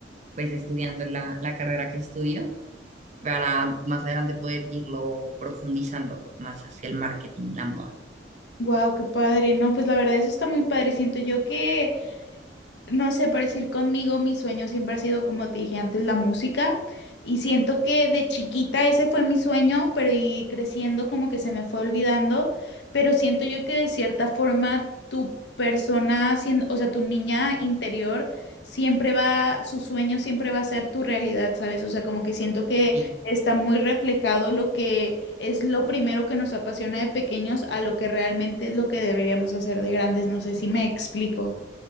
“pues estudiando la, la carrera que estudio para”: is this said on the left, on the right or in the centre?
Right